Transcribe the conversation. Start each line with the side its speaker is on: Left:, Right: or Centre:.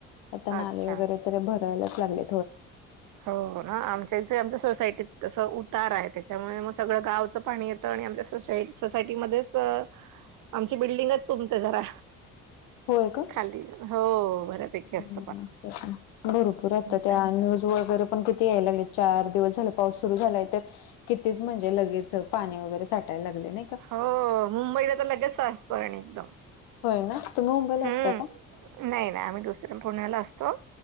Left: आता नाले
Right: अच्छा
Left: वगैरे तर भरायलाच लागले
Right: हो ना आमच्या इथे आमच्या सायटीत तसं उतार आहे त्याच्यामुळे मग सगळं गावचं पाणी येतं आणि आमच्या सोसायट सोसायटीमध्येच आमची बिल्डिंगच तुमते जरा
Left: होय का
Right: खाली हो बऱ्यापैकी असते
Left: हम्म भरपूर आता त्या
Right: चालत
Left: न्यूज व वगैरे पण किती याय लागलेत चार दिवस झाल पाऊस सुरु झालाय तर कितीच म्हणजे लगेच पाणी वगैरे साटायला लागले. नाही का
Right: हो मुंबईला तर लगेच सीचत पाणी एकदम
Left: होय ना तुम्ही मुंबईला
Right: हम्म
Left: असता का
Right: नाही नाही आम्ही दुसऱ्या पुण्याला असतो